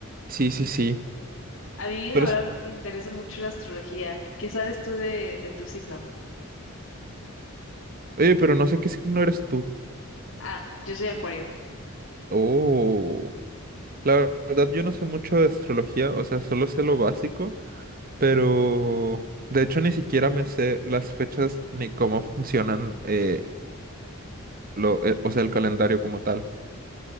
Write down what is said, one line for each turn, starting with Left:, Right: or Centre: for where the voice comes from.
Right: Sí, sí, sí.
Left: A mí, la
Right: Pero
Left: verdad,
Right: es-
Left: me interesa mucho la astrología. ¿Qué sabes tú de, de tu signo?
Right: Oye, pero no sé qué signo eres tú.
Left: Ah, yo soy Acuario.
Right: Oh, la verdad yo no sé mucho de astrología, o sea, solo sé lo básico, pero de hecho ni siquiera me sé las fechas ni cómo funcionan, eh, lo, eh, o sea, el calendario como tal.